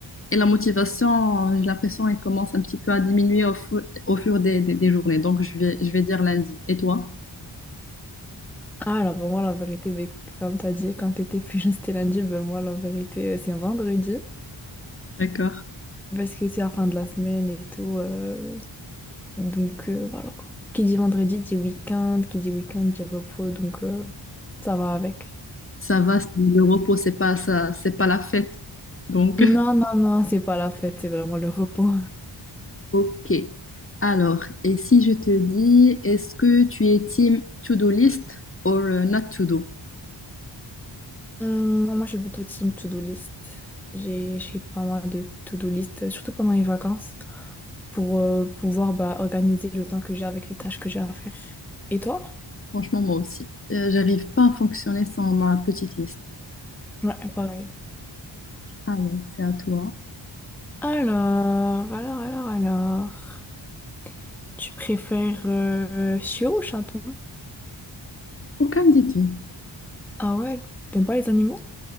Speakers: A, on the left (about 25°); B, in the centre.
A: Et la motivation, euh, j'ai l'impression qu'elle commence un petit peu à diminuer au, fu- au fur des, des- des journées. Donc, je vais, je vais dire lundi. Et toi?
B: Ah, alors moi, la vérité, bah écoute, comme t'as dit, quand t'étais plus jeune, c'était lundi, ben moi, la vérité, euh, c'est vendredi.
A: D'accord.
B: Parce que c'est la fin de la semaine et tout. euh, Donc euh, voilà quoi. Qui dit vendredi dit week-end, qui dit week-end dit repos, donc euh, ça va avec.
A: Ça va, c'est- le repos, c'est pas ça, c'est pas la fête. Donc,
B: Non, non, non, c'est pas la fête, c'est vraiment le repos.
A: <laughs> ok. Alors, et si je te dis, est-ce que tu es team to-do list ou euh, not to-do?
B: Hum, moi, je suis plutôt team to-do list. J'ai j'ai pas mal de to-do list, euh, surtout pendant les vacances, pour euh, pouvoir bah, organiser le temps que j'ai avec les tâches que j'ai à faire. Et toi?
A: Franchement, moi aussi. Euh, j'arrive pas à fonctionner sans ma petite liste.
B: Ouais, pareil.
A: Alors, c'est à toi.
B: Alors, alors, alors, alors. Tu préfères euh, chiot ou chaton?
A: Aucun des deux,
B: Ah ouais, t'aimes pas les animaux?